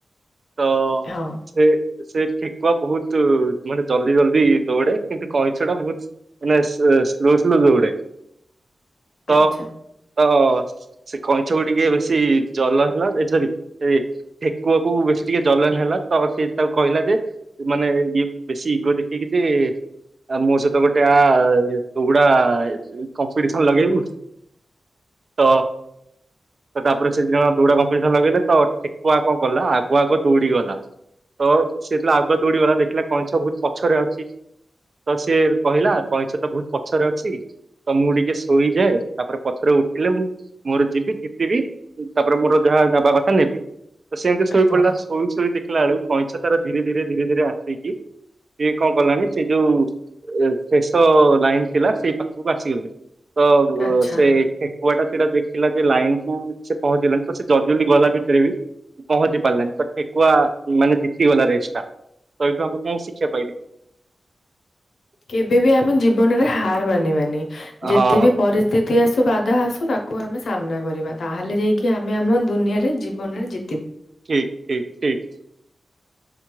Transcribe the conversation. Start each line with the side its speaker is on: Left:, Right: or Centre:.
Right: ତ
Left: ହଁ
Right: ସେ ସେ ଠେକୁଆ ବହୁତୁ ମାନେ ଜଲଦି ଜଲ୍ଦି ଦୌଡେ କିନ୍ତୁ କଇଁଛ ଟା ବହୁତ ମାନେ ସ ଅ ସ୍ଲୋ ସ୍ଲୋ ଦୌଡେ। ତ।
Left: ଆଚ୍ଛା।
Right: ତ ସେ କଇଁଛକୁ ଟିକେ ବେଶୀ ଜଲନ ହେଲା ଏ ସରି ସେ ଠେକୁଆକୁ ବେ ସେ ଟିକେ ଜଲନ ହେଲା ତ ସେ ତାକୁ କହିଲା ଯେ ମାନେ ଇଏ ବେଶୀ ଇଗୋ ଦେଖେଇକି ଯେ। ଆଉ ମୋ ସହିତ ଗୋଟେ ଆ ତୁଗୁଡା ଇ କମ୍ପିଟିସନ ଲଗେଇବୁ। ତ। ତ ତାପରେ ସେ ଦି ଜଣ ଦୌଡା କମ୍ପିଟିସନ ଲଗେଇଲେ ତ ଠେକୁଆ କଣ କଲା ଆଗୁଆ ଆଗ ଦୌଡି ଗଲା। ତ ସେ ଯେତେବେଳେ ଆଗୁଆ ଦୌଡି ଗଲା ଦେଖିଲା କଇଁଛ ବହୁତ ପଛରେ ଅଛି। ତ ସେ କହିଲା କଇଁଛ ତ ବହୁତ ପଛରେ ଅଛି ତ ମୁଁ ଟିକେ ଶୋଇଯାଏ। ତାପରେ ପଛରେ ଉଠିଲେ ମୁଁ ମୋର ଯିବି ଜିତିବି ତାପରେ ମୋର ଯାହା ନେବା କଥା ନେବି। ତ ସେମିତି ଶୋଇ
Left: ହଁ
Right: ପଡିଲା ଶୋଇ ଶୋଇ ଦେଖିଲା ବେଳୁ। କଇଁଛ ତାର ଧୀରେ ଧୀରେ ଧୀରେ ଧୀରେ ଆସିକି ସିଏ କଣ କଲାଣି ସେ ଯୋଉ ଏ ଶେଷ ଲାଇନ ଥିଲା ସେଇ ପାଖକୁ ଆସିଗଲାଣି ତ
Left: ଆଚ୍ଛା
Right: ଅ ସେ ଠେକୁଆ ଟା ସେଟା ଦେଖ ଖିଲା ଯେ ଲାଇନ କୁ ସେ ପହଞ୍ଚିଗଲାଣିି ତ ସେ ଜଲଦି ଜଲଦି ଗଲା ଭିତରେ ବି ପହଞ୍ଚି ପାରିଲାନି ତ ଠେକୁଆ। ମାନେ ଜିତିଗଲା ରେଷ୍ ଟା ତ ଏଇଠୁ ଆମେ କଣ ଶିକ୍ଷା ପାଇଲେ?
Left: କେବେ ବି ଆମେ ଜୀବନରେ ହାର ମାନିବାନି। ଯେତେ
Right: ହଁ
Left: ବି ପରିସ୍ଥିତି ଆସୁ ବାଧା ଆସୁ ତା କୁ ଆମେ ସାମ୍ନା କରିବା ତାହେଲେ ଯାଇକି ଆମେ ଆମ ଦୁନିଆରେ ଜୀବନରେ ଜି
Right: ଠିକ ଠିକ ଠିକ।